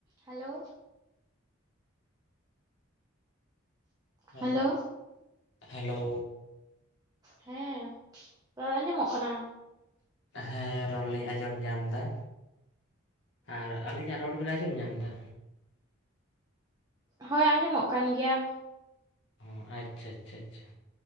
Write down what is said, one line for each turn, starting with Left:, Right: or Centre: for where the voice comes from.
Right: ᱦᱮᱞᱳ
Left: ᱦᱮᱸ
Right: ᱦᱮᱞᱳ
Left: ᱦᱮᱞᱳ
Right: ᱦᱮᱸ ᱨᱚᱲ ᱟᱸᱡᱚᱢᱚᱜ ᱠᱟᱱᱟ
Left: ᱦᱮᱸ ᱨᱚᱲ ᱞᱤᱧ ᱟᱸᱡᱚᱢ ᱧᱟᱢ ᱫᱟ ᱟᱨ ᱟᱹᱞᱤᱧᱟᱜ ᱨᱚᱲ ᱵᱤᱱ ᱟᱸᱡᱚᱢ ᱧᱟᱢ ᱫᱟ
Right: ᱦᱳᱭ ᱟᱸᱡᱚᱢᱚᱜ ᱠᱟᱱ ᱜᱮᱭᱟ
Left: ᱚ ᱟᱪᱪᱷᱟ ᱟᱪᱪᱷᱟ ᱟᱪᱷᱟ